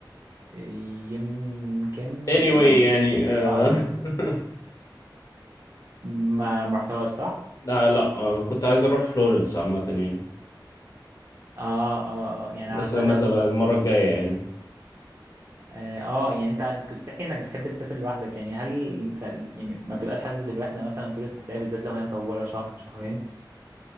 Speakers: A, on the right; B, on the left.
A: يمكن
B: anyway
A: تصدق ما-
B: يعني آه
A: اه
B: <laughs>
A: ما ما رحتهاش صح
B: لا لا آه كنت عايز اروح فلورنس عامة يعني
A: اه اه اه يعني
B: بس
A: عامه
B: لما تبقى المرة الجاية يعني
A: اه آه، يعني انت كنت بتحكي انك بتحب تسافر لوحدك يعني هل انت يعني ما بتبقاش حاسس بالوحده مثلا طول السفريه بالذات لو هي مطوله شهر شهرين